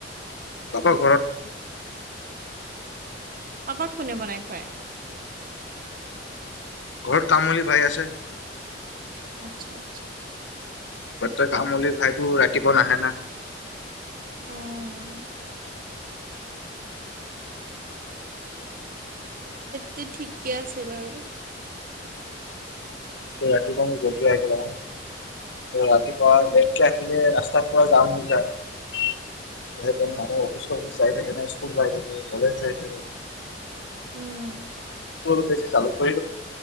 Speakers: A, on the left; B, on the right.
A: পাপা ঘৰত।
B: তোমাক কোনে বনাই খুৱায়?
A: ঘৰত কামলি ভাই আছে।
B: আচ্ছা আচ্ছা।
A: ব তই কামলি ভাইটো ৰাতিপুৱা নাহে না।
B: অঁ। তো ঠিকে আছে বাৰু।
A: ত ৰাতিপুৱাওঁ জল্দি আহিব লাগে। ৰাতিপোৱা লেট কে আহি- ৰাস্তাৰ পৰা যাম নযায়। একদম মানে অফিচ-চফিচ- যায় থাকে না স্কুল যায় থাকে, কলেজ যাই থাকে।
B: উম।
A: ল বেছি চালু কৰি